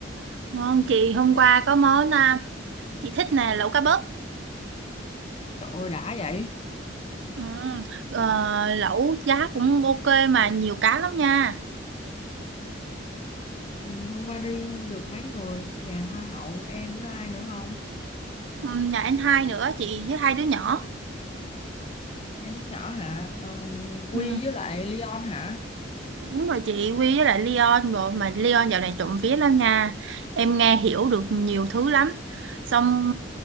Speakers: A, on the right (about 75°); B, on the left (about 30°).
A: Ngon chị, hôm qua có món à, chị thích nè, lẩu cá bớp.
B: Trời ơi đã vậy.
A: Ừ, ờ, lẩu giá cũng ok mà nhiều cá lắm nha.
B: Ừ, Hôm qua đi được mấy người? Nhà hoa hậu em với ai nữa không?
A: Ừ, nhà anh hai nữa chị với hai đứa nhỏ.
B: Hai đứa nhỏ hả? Ờ, Quy
A: Ừ.
B: với lại Leon hả?
A: Đúng rồi chị Quy với lại Leon bộ mà Leon dạo này trộm vía lắm nha em nghe hiểu được nhiều thứ lắm xong